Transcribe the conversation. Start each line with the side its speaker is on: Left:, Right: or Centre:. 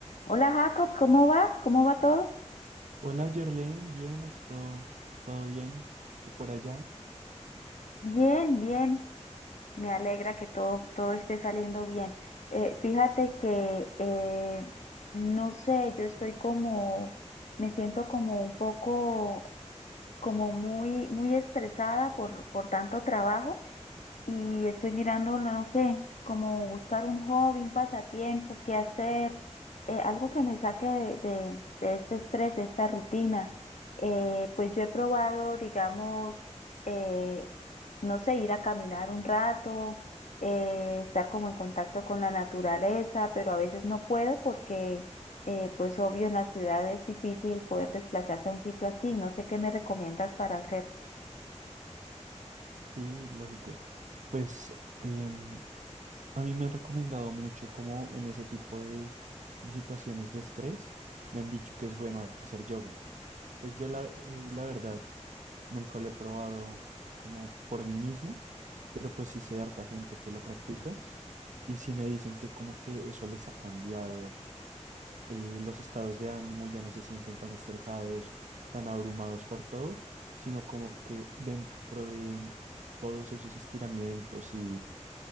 Left: Hola Jacob, ¿cómo vas? ¿Cómo va todo?
Right: Hola, Jorlen, bien, aquí todo, todo bien. Y por allá,
Left: Bien, bien. Me alegra que todo, todo esté saliendo bien. Eh, fíjate que, eh, no sé, yo estoy como, me siento como un poco, como muy, muy estresada por, por tanto trabajo y estoy mirando, no sé, como buscar un hobby, un pasatiempo, qué hacer, eh, algo que me saque de, de, de este estrés, de esta rutina. Eh, pues yo he probado, digamos, eh, no sé, ir a caminar un rato, eh, estar como en contacto con la naturaleza, pero a veces no puedo porque, eh, pues obvio, en la ciudad es difícil poder desplazarse a un sitio así. No sé qué me recomiendas para hacer.
Right: sí, lógico. Pues em, a mí me han recomendado mucho como en ese tipo de, de situaciones de estrés, me han dicho que es bueno hacer yoga. Pues yo la, eh, la verdad nunca lo he probado como por mí mismo, pero pues sí sé de harta gente que lo practica y sí me dicen que como que eso les ha cambiado eh, los estados de ánimo ya no se sienten tan estresados, tan abrumados por todo, sino como que dentro de todos esos estiramientos y